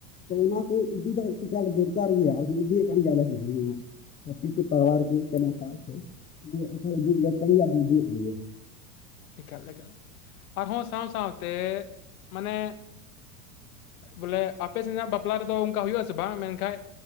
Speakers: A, on the left; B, on the left.
A: ᱛᱚ ᱚᱱᱟ ᱠᱚ ᱤᱫᱤ ᱫᱚ ᱮᱠᱟᱞ ᱫᱚᱨᱠᱟᱨ ᱜᱮᱭᱟ ᱟᱨ ᱠᱚ ᱤᱫᱤᱭᱮᱫ ᱠᱟᱱ ᱜᱮᱭᱟ ᱟᱞᱮ ᱥᱮᱫ ᱦᱚᱸ ᱱᱚᱣᱟ ᱠᱟᱹᱯᱤ ᱠᱚ ᱛᱟᱨᱣᱟᱨ ᱠᱚ ᱥᱮ ᱥᱟᱨ ᱠᱚ <inaudible> ᱠᱟᱱ ᱜᱮᱭᱟ ᱟᱨ ᱤᱫᱤᱭᱮᱫ ᱠᱟᱱ ᱜᱮᱭᱟ
B: ᱮᱠᱟᱞ ᱮᱠᱟᱞ ᱟᱨᱦᱚᱸ ᱥᱟᱶ ᱥᱟᱶᱛᱮ ᱢᱟᱱᱮ ᱵᱚᱞᱮ ᱟᱯᱮ ᱥᱮᱫᱟᱜ ᱵᱟᱯᱞᱟ ᱨᱮᱫᱚ ᱚᱱᱠᱟ ᱦᱩᱭᱩᱜ ᱟᱥᱮ ᱵᱟᱝ ᱢᱮᱱ ᱠᱷᱟᱡ